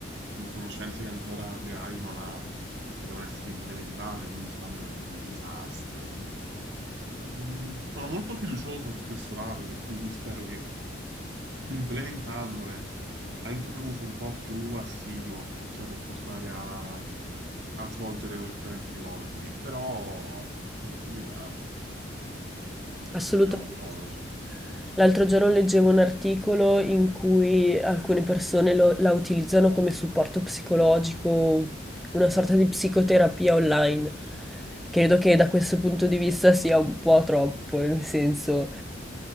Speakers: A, on the right; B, in the centre.
A: in conoscenze che ancora le AI non ha, perché devono essere implementate, quindi si fanno disastri. Mm, sono molto fiducioso su questo lato, che quindi spero che implementandole anche un uso un po' più assiduo, cioè può portare a, a svolgere correttamente i compiti, però eh, vediamo,
B: Assolutamente.
A: vediamo un po'.
B: sì. L'altro giorno leggevo un articolo in cui alcune persone lo- la utilizzano come supporto psicologico, una sorta di psicoterapia online. Credo che da questo punto di vista sia un po' troppo, nel senso.